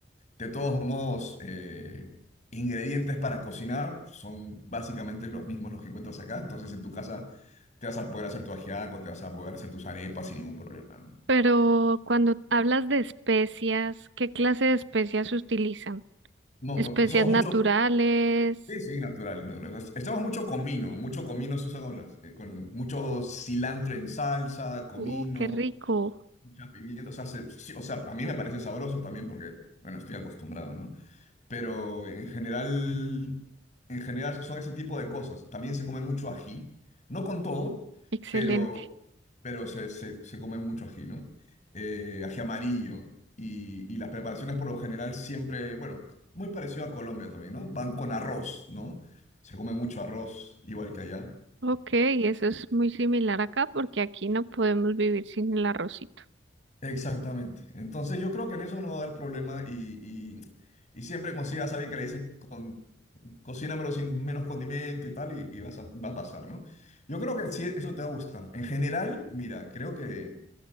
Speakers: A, on the left (about 40°); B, on the right (about 75°).
A: De todos modos, eh, ingredientes para cocinar son básicamente los mismos los que encuentras acá, entonces en tu casa te vas a poder hacer tu ajiaco, te vas a poder hacer tus arepas sin ningún problema, ¿no?
B: Pero cuando hablas de especias, ¿qué clase de especias utilizan?
A: No,
B: Especias
A: no, usamos
B: naturales.
A: mucho Sí, sí, naturales, naturales. Estamos mucho comino, mucho comino se usa con las, eh, con mucho cilantro en salsa, comino,
B: Uh, qué rico.
A: mucha pimienta, o sea, se- sí, o sea, a mí me parece sabroso también porque, bueno, estoy acostumbrado, ¿no? pero en general, en general son ese tipo de cosas. También se come mucho ají, no con todo, Ok.
B: Excelente.
A: pero, pero se, se- se come mucho ají, ¿no? Eh, ají amarillo. Y, y las preparaciones por lo general siempre, bueno, muy parecido a Colombia también, ¿no? Van con arroz, ¿no? Se come mucho arroz, igual que allá.
B: Ok, eso es muy similar acá porque aquí no podemos vivir sin el arrocito.
A: Exactamente. Entonces yo creo que en eso no va a haber problema y, y, y siempre consigas a alguien que le dices, con, cocínamelo sin menos condimento y tal, y, y vas a- va a pasar, ¿no? Yo creo que sí, eso te va a gustar. En general, mira, creo que